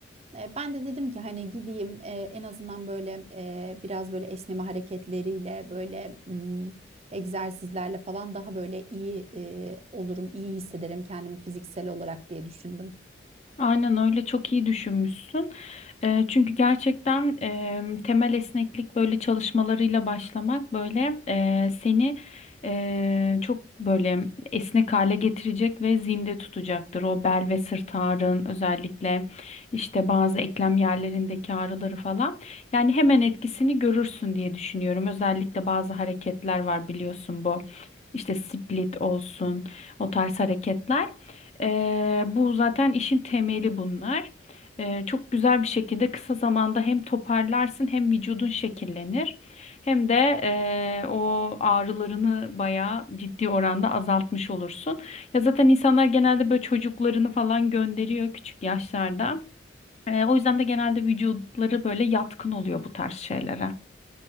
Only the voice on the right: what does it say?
E, Ben de dedim ki hani gideyim e, en azından böyle e, biraz böyle esneme hareketleriyle böyle m, egzersizlerle falan daha böyle iyi e, olurum, iyi hissederim kendimi fiziksel olarak diye düşündüm.